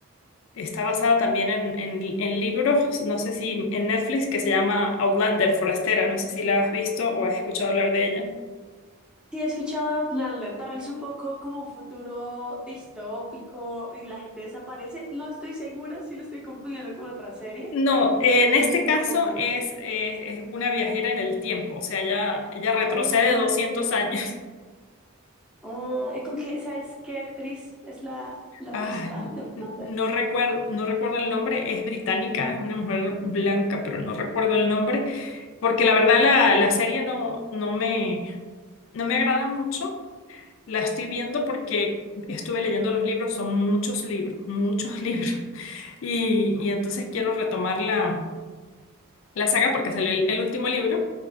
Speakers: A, on the left; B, in the centre.
A: está basada también en, en, li- en libros, no sé si en Netflix, que se llama Outlander, Forastera, no sé si la has visto o has escuchado hablar de ella.
B: Sí, he escuchado Outlander, también es un poco como un futuro distópico y la gente desaparece. No estoy segura si lo estoy confundiendo con otra serie,
A: No, en
B: pero estoy
A: este
B: haciendo
A: caso
B: un poco.
A: es, eh, es una viajera en el tiempo, o sea, ella, ella retrocede
B: Ah,
A: 200 años. <laughs>
B: ah, ¿con qué, sabes qué actriz es la, la
A: Ah,
B: principal de Outlander?
A: n- no recuerdo, no recuerdo el nombre, es británica, es una mujer blanca, pero no recuerdo el nombre, porque la verdad la, la serie no, no me, no me agrada mucho. La estoy viendo porque estuve leyendo los libros, son muchos libros, muchos <laughs> libros, y, y entonces quiero retomarla la saga porque salió el, el último libro,